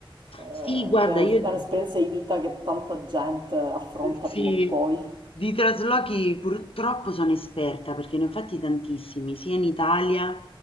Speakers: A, on the right; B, on the left.
A: eh,
B: Sì, guarda,
A: è
B: io
A: un'esperienza di vita che tanta gente affronta
B: Sì,
A: prima o poi.
B: di traslochi purtroppo sono esperta perché ne ho fatti tantissimi, sia in Italia,